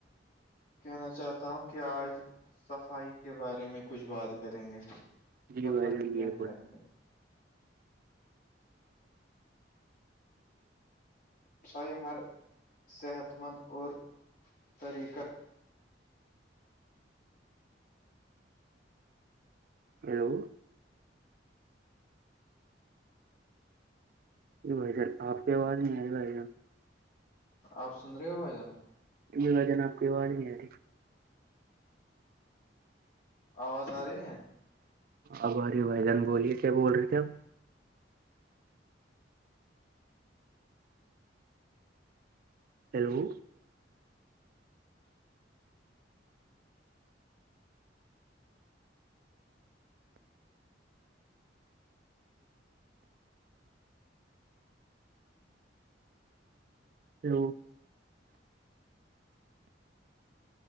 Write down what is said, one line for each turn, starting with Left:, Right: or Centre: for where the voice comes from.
Left: کہنا چاہتا ہوں کہ آج صفائی کے بارے میں کچھ بات کریں گے صفائی
Right: جی بھائی جان
Left: کی
Right: بالکل
Left: اہمیت پہ س ہر صحت مند اور طریقہ
Right: ہیلو یہی بھائی جر آپ آواز نہیں آئی بھائیر
Left: آپ سن رہے ہوا جا <unintelligible>
Right: یہ وجن آپ کی آواز نہیں آ رہی
Left: آواز آ رہی ہے
Right: اباری وھائی جان بولیے کیا بول رہے تھے آپ ہیلو تو <unintelligible>